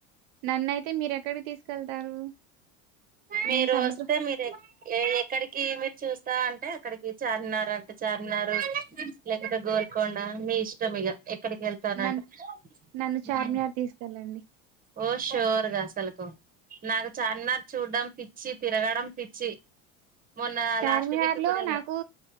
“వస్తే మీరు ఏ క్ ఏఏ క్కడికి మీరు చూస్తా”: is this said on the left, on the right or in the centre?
Right